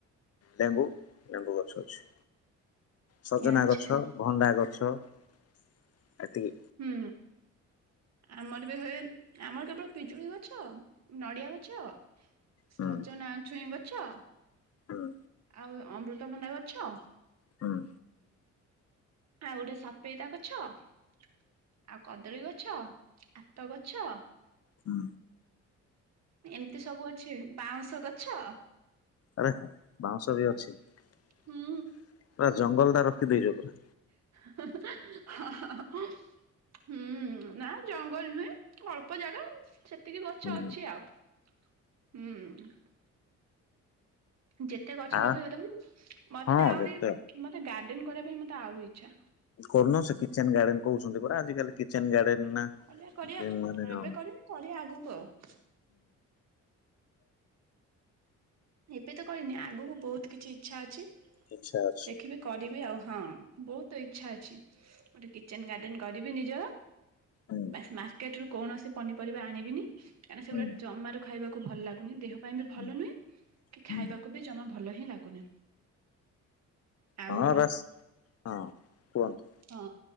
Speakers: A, on the left; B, on the right.
A: ଲେମ୍ବୁ ଲେମ୍ବୁ ଗଛ ଅଛି। ସଜନା
B: ଆଚ୍ଛା
A: ଗଛ ଭଣ୍ଡା ଗଛ ଏତିକି
B: ହୁଁ ଆମର ବି ହୁଏଏ ଆମର କେବଳ ପିଜୁଳି ଗଛ, ନଡିଆ ଗଛ, ସଜନା
A: ହୁଁ
B: ଛୁଇଁ ଗଛ
A: ହୁଁ
B: ଆଉ ଅମୃତ ଭଣ୍ଡା ଗଛ।
A: ହୁଁ
B: ଆଉ ଗୋଟେ ସଫେଇତା ଗଛ ଆଉ କଦଳୀ ଗଛ। ଆତ ଗଛ।
A: ହଁ।
B: ଏମିତି ସବୁ ଅଛି ବାଉଁଶ ଗଛ।
A: ଆରେ ବାଉଁଶ ବି ଅଛି ପୁରା
B: ହୁଁ
A: ଜଙ୍ଗଲ ଟା ରଖିଦେଇଛ ତୁମେ।
B: ହଁ-ହଁ-ହଁ। ହୁଁ ନା ଜଙ୍ଗଲ ନୁହେଁ ଅଳ୍ପ ଜାଗା ସେ। ଏତିକି ଗଛ
A: ହୁଁ
B: ଅଛି ଆଉ ହୁଁ। ଯେତେ ଗଛ
A: ଆ
B: ଲଗେଇ ସେତେବେଳେ ମତେ
A: ହଁ
B: ତ ଆହୁରି
A: ଯେତେ
B: ମତେ ଗାର୍ଡେନ କରିବା ପାଇଁ ମତେ ଆହୁରି। ଆଚ୍ଛା।
A: କରୁନ ସେ କିଚେନ ଗାର୍ଡେନ କହୁଛନ୍ତି ପରା ଆଜି କାଲି କିଚେନ ଗାର୍ଡେନ ନା।
B: କ କରିବା
A: ମାନେ ହୁଁ
B: ଏବେ କରିନି କରିବା ଆଗକୁ ଆଉ। ଏବେ ତ କରିନି ଆଗକୁ ବହୁତ କିଛି ଇଚଛା ଅଛି
A: ଇଚ୍ଛା ଅଛି
B: ଦେଖିବି କରିବି ଆଉ। ହଁ ବହୁତ ଇଚ୍ଛା ଅଛି ଗୋଟେ କିଚେନ ଗାର୍ଡେନ କରିବି ନିଜର।
A: ହୁଁ
B: ବାସ୍ ମାର୍କେଟ ରୁ କୌଣସି ପନିପରିବା ଆଣିବିନି କାହିଁକିନା ସେଗୁଡା
A: ହୁଁ
B: ଜମାରୁ ଖାଇବାକୁ। ଭଲ ଲାଗୁନି ଦେହ ପାଇଁ ବି ଭଲ
A: ହୁଁ
B: ନୁହେ କି
A: ହୁଁ
B: ଖାଇବାକୁ ବି ଜମା। ଭଲ ହିଁ ଲାଗୁନି ଆଉ।
A: ହଁ ବାସ୍ ହଁ କୁହନ୍ତୁ
B: ହଁ